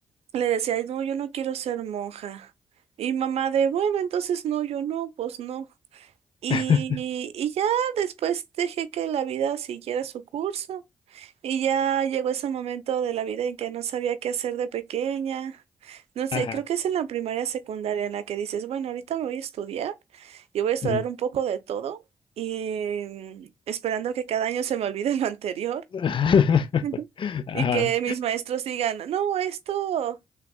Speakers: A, on the right (about 70°); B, on the left (about 50°).
A: le decía, "Ay, no, yo no quiero ser monja. Y mamá de, bueno, entonces no, yo no, pues no. Y,
B: <laughs>
A: y ya después dejé que la vida siguiera su curso. Y ya llegó ese momento de la vida en que no sabía qué hacer de pequeña. No sé,
B: ajá.
A: creo que es en la primaria secundaria en la que dices, bueno, ahorita me voy a estudiar y voy a estudiar
B: Mm.
A: un poco de todo y mm, esperando que cada año se me olvide lo anterior
B: <laughs>
A: <laughs>
B: Ajá,
A: y que mis maestros digan, no, esto,